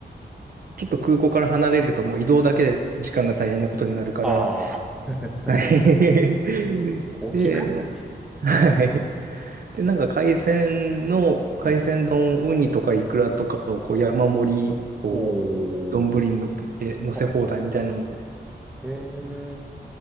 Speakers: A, on the right; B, in the centre.
A: ちょっと空港から離れるともう移動だけで時間が大変なことになるから、
B: ああ、
A: はい。
B: <laughs> そうや。
A: <laughs>
B: 大きいからね。
A: で、はい。で、なんか海鮮の、海鮮丼、
B: うん。
A: ウニとかイクラとかをこう山盛り、こう、
B: おー。
A: 丼に乗っけて、乗せ放題みたいなので、
B: はいはい。へえ。